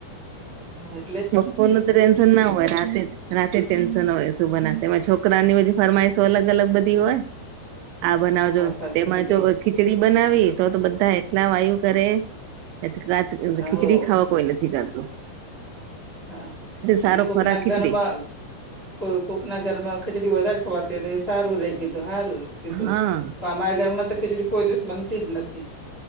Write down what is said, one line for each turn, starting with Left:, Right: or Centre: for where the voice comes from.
Left: અહ
Right: બપોરનું તો ટેન્શન ના હોય રાતે રાતે ટેન્શન હોય સુભના તેમાં છોકરાની બધી ફરમાઈશો અલગ અલગ બધી હોય આ બનાવજો
Left: હા સાચું
Right: તેમાં
Left: કીધું
Right: જો ખીચડી બનાવી તો તો બધા એટલા વાયુ કરે <unintelligible> ખિચડી
Left: હો
Right: ખાવા કોઈ નથી જાતું
Left: હા
Right: સારો
Left: ને કોકના
Right: ખોરાક ખીચડી
Left: ઘરમાં કો કોકના ઘર માં ખીચડી વધારે ખવાતી હોય તો એ સારું રે કીધું સારું કીધું
Right: હા
Left: મારા ઘરમાં તો ખીચડી કોઈ દિવસ બનતી જ નથી.